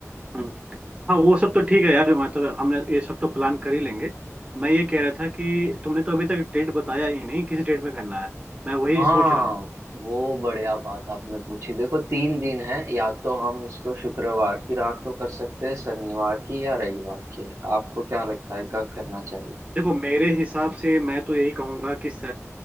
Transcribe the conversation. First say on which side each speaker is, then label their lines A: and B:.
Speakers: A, on the right; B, on the right.
A: हम्म हाँ वो सब तो ठीक है यार मतलब हमने ये सब तो प्लान कर ही लेंगे मैं ये कह रहा था कि तुमने तो अभी तक डेट बताया ही नहीं किस डेट में करना है मैं वही
B: हाँ
A: सोच रहा हूँ
B: वो बढ़िया बात आपने पूछी देखो तीन दिन है या तो हम इसको शुक्रवार की रात को कर सकते हैं शनिवार की या रविवार की आपको क्या लगता है कब करना चाहिए
A: देखो मेरे हिसाब से मैं तो यही कहूंगा कि स-